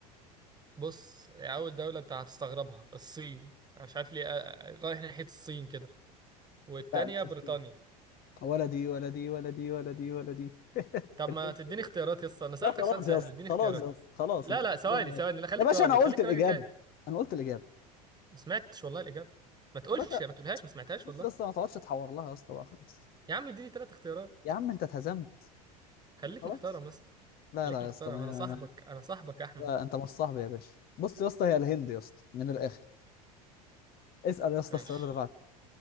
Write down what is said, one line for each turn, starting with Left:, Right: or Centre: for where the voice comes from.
Right: بص اول دولة انت هتستغربها الصين أنا مش عارف ليه آه، رايح ناحية الصين كده والتانية
Left: لا مش
Right: بريطانيا
Left: هسكت. ولا دي ولا دي ولا دي ولا دي ولا دي
Right: طب
Left: اللي
Right: ما
Left: انت-
Right: تديني اختيارات يا اسطى انا سألتك
Left: لا خلاص
Right: سؤال سهل
Left: يا اسطى
Right: اديني
Left: خلاص
Right: اختيارات
Left: يا اسطى خلاص
Right: لا
Left: انت
Right: لا
Left: خسران
Right: ثواني
Left: يا
Right: ثواني
Left: باشا
Right: لا خليك
Left: يا باشا
Right: راجل
Left: انا قلت
Right: خليك
Left: الاجابة
Right: راجل كده
Left: انا قلت الاجابة
Right: ما سمعتش والله الإجابة ما تقولش
Left: يا باشا
Right: ما تقولهاش ما سمعتهاش
Left: بص
Right: والله
Left: يا اسطى ما تقعدش تحور لها يا اسطى بقى خلاص
Right: يا عم اديني ثلاث اختيارات
Left: يا عم انت اتهزمت
Right: خليك
Left: خلاص
Right: محترم يا اسطى
Left: لا
Right: خليك
Left: لا
Right: محترم
Left: يا اسطى ما
Right: انا صاحبك
Left: ما ما
Right: انا صاحبك يا احمد
Left: لا انت مش صاحبي يا باشا بص يا اسطى هي الهند يا اسطى من الاخر اسأل يا اسطى
Right: ماشي
Left: السؤال اللي بعده